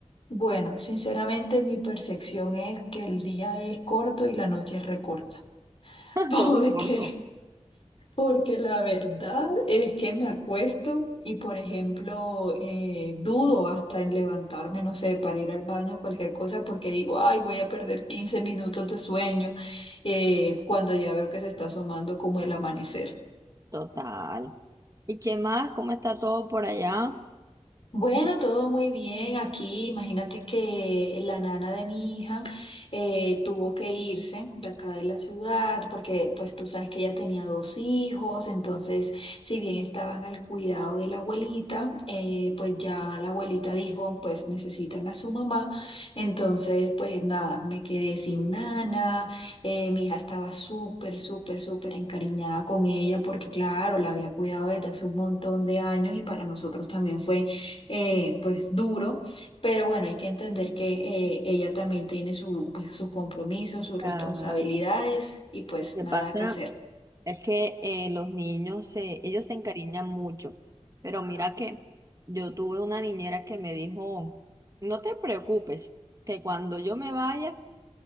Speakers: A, on the left (about 55°); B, on the right (about 30°).
A: Bueno, sinceramente mi percepción es que el día es corto y la noche es recorta. <laughs>
B: <laughs>
A: ¿Por
B: Todo es corto.
A: qué? Porque la verdad es que me acuesto y, por ejemplo, eh, dudo hasta en levantarme, no sé, para ir al baño o cualquier cosa, porque digo, ay, voy a perder 15 minutos de sueño eh, cuando ya veo que se está asomando como el amanecer.
B: Total. ¿Y qué más? ¿Cómo está todo por allá?
A: Bueno, todo muy bien aquí. Imagínate que la nana de mi hija eh, tuvo que irse de acá de la ciudad porque pues tú sabes que ella tenía dos hijos, entonces si bien estaban al cuidado de la abuelita, eh, pues ya la abuelita dijo pues necesitan a su mamá, entonces pues nada, me quedé sin nana, eh, mi hija estaba súper, súper, súper encariñada con ella porque claro, la había cuidado desde hace un montón de años y para nosotros también fue eh, pues duro, pero bueno, hay que entender que eh, ella también tiene su, pues, sus compromisos, sus
B: Claro,
A: responsabilidades y pues
B: lo que
A: nada
B: pasa?
A: que hacer.
B: Es que eh, los niños se, ellos se encariñan mucho, pero mira que yo tuve una niñera que me dijo, no te preocupes, que cuando yo me vaya,